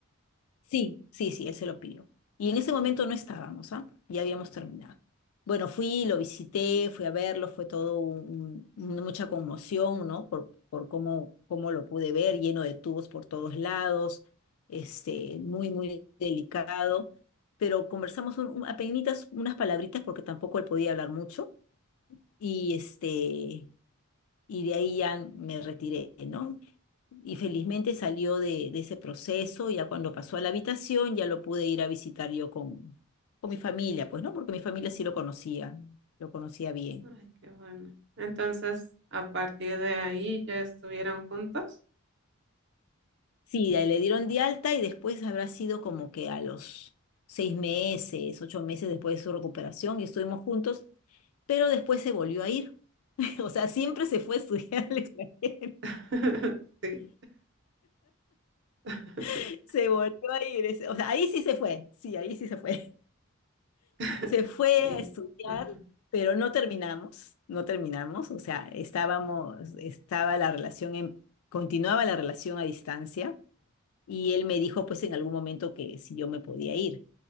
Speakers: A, on the left (about 80°); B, on the right (about 55°).
A: Sí, sí, sí, él se lo pidió. Y en ese momento no estábamos, ¿ah? Ya habíamos terminado. Bueno, fui, lo visité, fui a verlo, fue todo un- un- mucha conmoción, ¿no? Por, por cómo, cómo lo pude ver, lleno de tubos por todos lados, este, muy, muy delicado. Pero conversamos un, un- apenitas unas palabritas porque tampoco él podía hablar mucho. Y este, y de ahí ya me retiré, ¿no? Y felizmente salió de, de ese proceso, ya cuando pasó a la habitación ya lo pude ir a visitar yo con, con mi familia, pues, ¿no? Porque mi familia sí lo conocía, lo conocía bien.
B: Ay, qué bueno. Entonces, a partir de ahí ya estuvieron juntos.
A: Sí, ya le dieron de alta y después habrá sido como que a los seis meses, ocho meses después de su recuperación y estuvimos juntos, pero después se volvió a ir. <laughs> O sea, siempre se fue a estudiar al extranjero.
B: <laughs> Sí. <laughs>
A: <laughs> Se volvió a ir. ese- O sea, ahí sí se fue. Sí, ahí sí se fue.
B: <laughs>
A: Se fue
B: Y
A: a estudiar,
B: ajá,
A: pero no terminamos, no terminamos, o sea, estábamos, estaba la relación en, continuaba la relación a distancia y él me dijo pues en algún momento que si yo me podía ir,